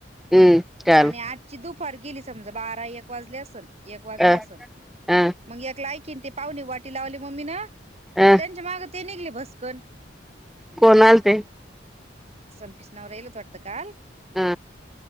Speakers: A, in the centre; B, on the right.
A: हम्म चाल
B: आणि आजची दुपार गेली समजा बारा एक वाजली असन एक वाजलं
A: अ
B: असल
A: अ
B: मग एकला ऐकन ते पाहुणे वाटी लावली मम्मी ना
A: अ
B: त्यांच्या माग ते निघले भस्कन
A: कोणाल ते
B: संपस नवर राहिल तोडतां काल
A: अ